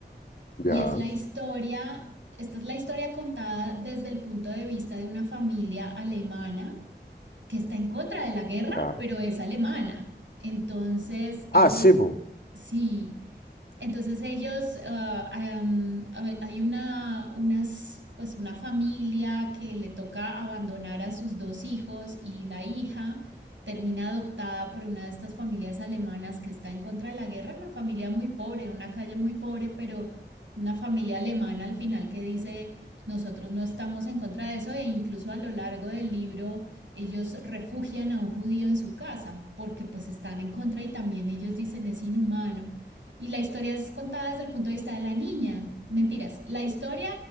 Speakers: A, on the left (about 55°); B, on the right (about 85°).
A: ya,
B: Y es la historia, esta es la historia contada desde el punto de vista de una familia alemana que está en contra de la guerra,
A: ya.
B: pero es alemana. Entonces, ellos
A: Ah, sí, pues.
B: sí, entonces ellos, ah, em, hay hay una, unas, pues una familia que le toca abandonar a sus dos hijos y la hija termina adoptada por una de estas familias alemanas que está en contra de la guerra, una familia muy pobre, en una calle muy pobre, pero una familia alemana al final que dice, nosotros no estamos en contra de eso e incluso a lo largo del libro ellos refugian a un judío en su casa porque pues están en contra y también ellos dicen es inhumano. Y la historia es contada desde el punto de vista de la niña. Mentiras, la historia